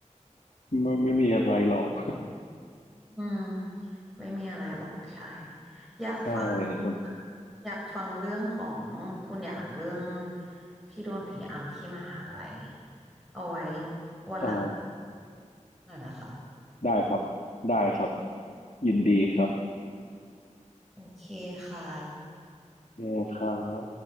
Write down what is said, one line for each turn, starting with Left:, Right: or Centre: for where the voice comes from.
Left: ไม่ไม่มีอะไรหรอก
Centre: อืมไม่มีอะไรหรอกใช่
Left: <laughs>
Centre: อยากฟัง
Left: ใช่มัน
Centre: อยากฟังเรื่องของคุณอย่างเรื่องที่โดนผีอำที่มหาลัยเอาไว้วันหลัง
Left: อ๋อ
Centre: หน่อยนะคะ
Left: ได้ครับ ได้ครับ ยินดีครับ
Centre: โอเคค่ะ
Left: เย้ครับ